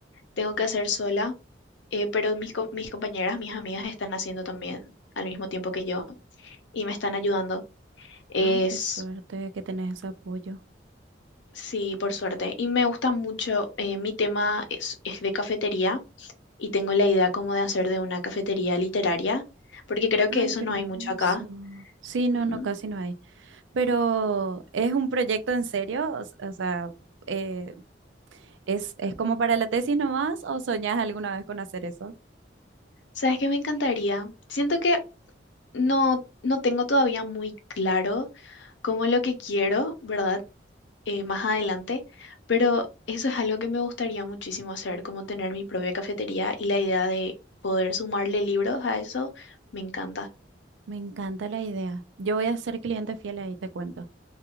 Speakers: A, on the left; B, on the right.
A: tengo que hacer sola. eh, pero mis, co- mis compañeras, mis amigas están haciendo también al mismo tiempo que yo. y me están ayudando. Es,
B: Ay, qué suerte que tenés ese apoyo.
A: sí, por suerte. Y me gusta mucho, eh, mi tema es, es de cafetería y tengo la idea como de hacer de una cafetería literaria, porque creo que
B: Ay,
A: eso
B: qué
A: no
B: hermoso.
A: hay mucho acá.
B: Sí, no,
A: Ujú.
B: no, casi no hay. Pero ¿es un proyecto en serio? O, s- o sea, eh, ¿Es, es como para la tesis nomás o soñás alguna vez con hacer eso?
A: ¿Sabes qué me encantaría? Siento que no, no tengo todavía muy claro como lo que quiero, ¿verdad? Eh, más adelante, pero eso es algo que me gustaría muchísimo hacer, como tener mi propia cafetería y la idea de poder sumarle libros a eso, me encanta.
B: Me encanta la idea. Yo voy a ser cliente fiel ahí, te cuento.